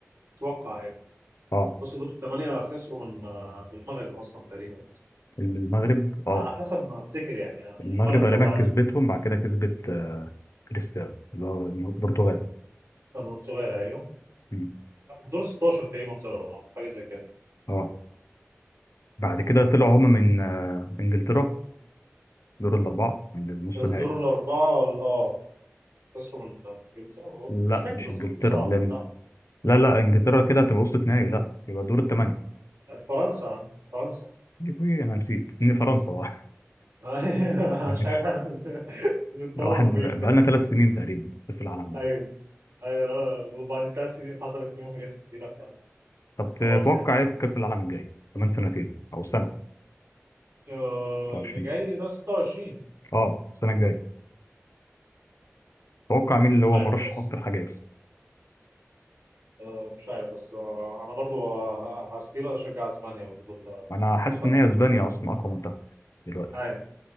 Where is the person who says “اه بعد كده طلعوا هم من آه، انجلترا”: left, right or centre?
Left